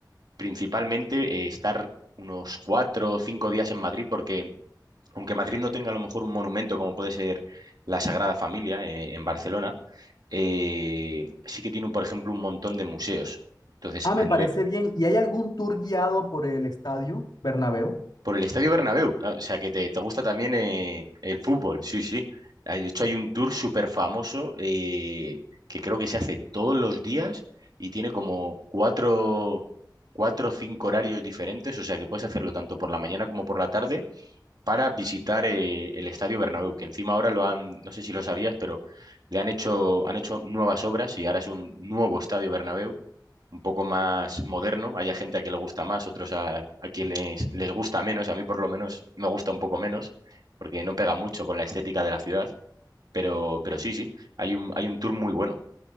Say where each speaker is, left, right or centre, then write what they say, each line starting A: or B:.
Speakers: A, on the right; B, on the left.
A: principalmente eh, estar unos cuatro o cinco días en Madrid, porque aunque Madrid no tenga a lo mejor un monumento como puede ser la Sagrada Familia eh, en Barcelona, eh, sí que tiene, por ejemplo, un montón de museos. Entonces,
B: Ah,
A: a
B: me
A: nivel,
B: parece bien. ¿Y hay algún tour guiado por el estadio Bernabéu?
A: por el Estadio Bernabéu, ah, o sea que te, te gusta también eh, el fútbol, sí, sí. Ah, De hecho, hay un tour súper famoso eh, que creo que se hace todos los días y tiene como cuatro, cuatro o cinco horarios diferentes, o sea que puedes hacerlo tanto por la mañana como por la tarde para visitar eh, el Estadio Bernabéu, que encima ahora lo han, no sé si lo sabías, pero le han hecho, han hecho nuevas obras y ahora es un nuevo Estadio Bernabéu, un poco más moderno. Hay a gente a que le gusta más, otros a, a quien les, les gusta menos. A mí por lo menos me gusta un poco menos, porque no pega mucho con la estética de la ciudad, pero, pero sí, sí, hay un, hay un tour muy bueno.